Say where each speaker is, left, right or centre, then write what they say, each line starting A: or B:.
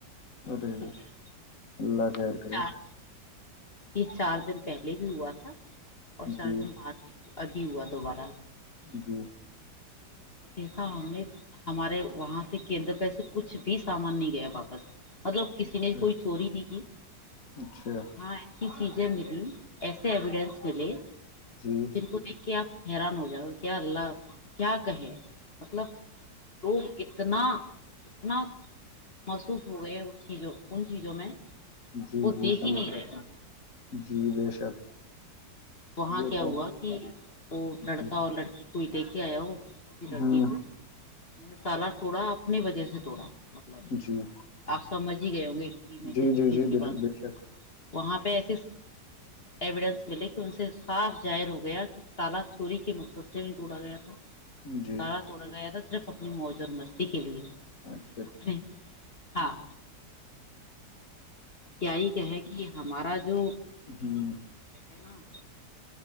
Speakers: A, on the left; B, on the left.
A: اٹے
B: ٹھیک ہے
A: اللہ کیا کر رہے
B: چار یہ چار دن پہلے بھی ہوا تھا اور چار
A: جی
B: دن بعد میں ادھی ہوا دوبارہ
A: جی
B: تو دیکھا ہم نے ہمارے وہاں سے کیندر پس کچھ بھی سام ان نہیں گیا واپس مطلب کسی نے
A: اچھا
B: کوئی چوری نہیں کی
A: اچھا
B: اور وہاں ایسی چیزیں ملی ایسے ایویڈینس ملے
A: جی
B: جن کو دیکھ کے آپ حیران ہو جاؤا کیا اللہ کیا <inaudible> مطلب لوگ اتنا اتنا موسوف ہو گئے اس چیزوں ان چیزوں میں
A: جی
B: وہ
A: جی
B: دیکھ
A: سمجھ
B: ہی نہیں رہے
A: جی بے شک
B: وہاں
A: یہ
B: کیا
A: تو
B: ہوا
A: ہے
B: کہ وہ لڑکا
A: جی
B: اور لڑکی کوئی دے کے آیا ہو کسی لڑکی
A: ہوں
B: کو انہوں نے تالا ٹوڑا آپ اپنی وجہ سے توڑا مطلب
A: جی
B: آپ سمجھ ہی گئے ہوں گے کہ میں
A: جی
B: کس
A: جی
B: چیز
A: جی
B: کی
A: بال
B: بات رہوں
A: بے شک
B: گی وہاں پہ ایسے س ایڈنس ملی ان سے صاف ظاہر ہو گیا کہ تال چوری کے مقصد سے ہی توڑا گیا تھا
A: جی
B: تالا توڑ گایا توا صرف اپنی موج اور مستی کے لیے
A: اچھا اچھا
B: اپنے ہاں
A: جی
B: کیا ہی کہ ہے گ ہے ہمارا ہ جو
A: ہوں
B: کتے نام